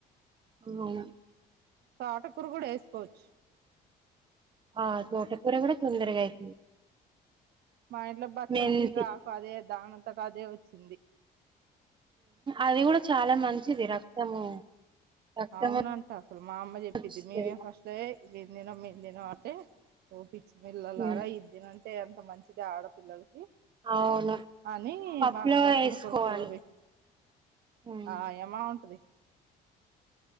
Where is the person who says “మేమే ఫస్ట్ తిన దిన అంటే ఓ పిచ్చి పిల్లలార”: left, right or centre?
Right